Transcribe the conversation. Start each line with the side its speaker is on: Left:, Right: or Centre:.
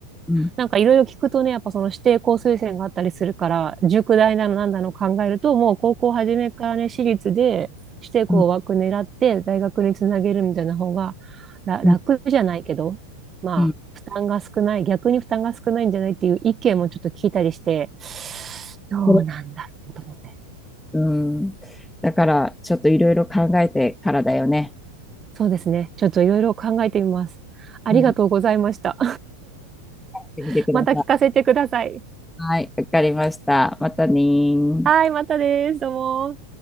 Centre: うん
Right: なんかいろいろ聞くとね、やっぱその指定校推薦があったりするから、塾代なのなんだの考えると、もう高校初めからね、私立で指定校枠狙って大学につなげるみたいな方がら楽じゃないけど、
Centre: うんうん
Right: まあ、
Centre: うん、
Right: 負担が少ない、逆に負担が少ないんじゃないっていう意見もちょっと聞いたりして、どうなんだろうと思って。
Centre: それうん。だから、ちょっといろいろ考えてからだよね。
Right: そうですね。ちょっといろいろ考えてみます。ありがとうございました。
Centre: うん。やってみてください。
Right: <laughs> また聞かせてください。
Centre: はい、わかりました。またねー。
Right: はい、またです。どうも。